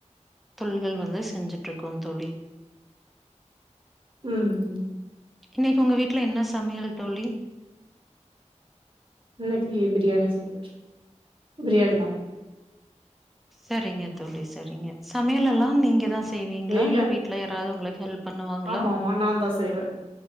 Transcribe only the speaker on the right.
ம்
இன்னைக்கு பிரியானி செய்யலா பிரியானி தா
நீங்க
ஆமா ஆமா நாந்தா செய்வே